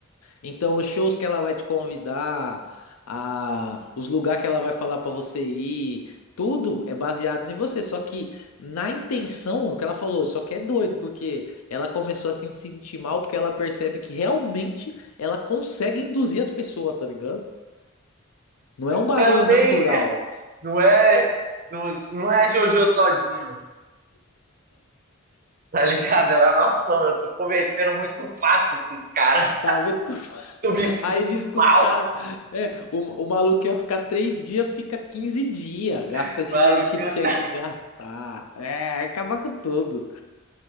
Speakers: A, on the left; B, on the right.
A: Então, os shows que ela vai te convidar, a, os lugares que ela vai falar pra você ir, tudo é baseado em você. Só que na intenção, o que ela falou, só que é doido, porque ela começou a se sentir mal porque ela percebe que realmente ela consegue induzir as pessoas, tá ligado? Não é um bagulho
B: Também,
A: natural.
B: né? Não é, não, não é Jojo Todinho. Tá ligado? Ela, nossa, eu tô convencendo muito fácil esses caras.
A: Tá, muito... <laughs>
B: Tô me sentindo
A: Aí diz que
B: mal,
A: os caras. É, o, o maluco ia ficar três dias, fica 15 dias. Gasta
B: tá?
A: dinheiro
B: maluco.
A: que não tinha que gastar. É, acaba com tudo.